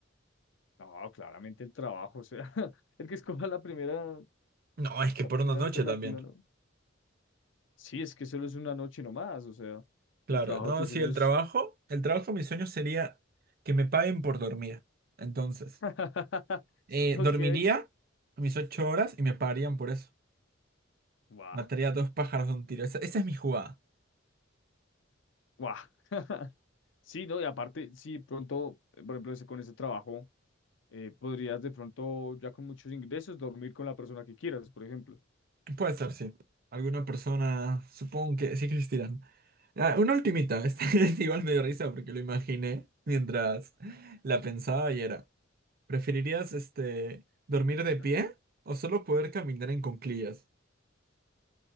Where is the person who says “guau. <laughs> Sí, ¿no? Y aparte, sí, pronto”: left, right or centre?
Left